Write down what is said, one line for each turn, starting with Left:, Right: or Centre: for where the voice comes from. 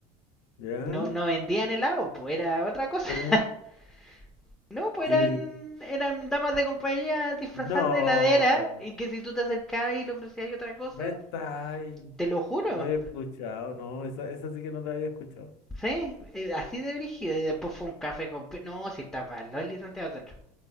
Left: ¿Ya?
Centre: No, no vendían helado, pues era otra cosa.
Left: ¿Cómo?
Centre: <laughs> No, pues
Left: ¿Qué?
Centre: eran, eran damas de compañía disfrazadas
Left: No,
Centre: de heladera y que si tú te acercabas y le ofrecías otra cosa,
Left: me está ahí.
Centre: te lo juro.
Left: No había escuchado, no, esa, esa sí que no la había escuchado.
Centre: Sí, eh, así de brígido. Y después fue un café con... pi- No, si estaba Loli Santiago Centro.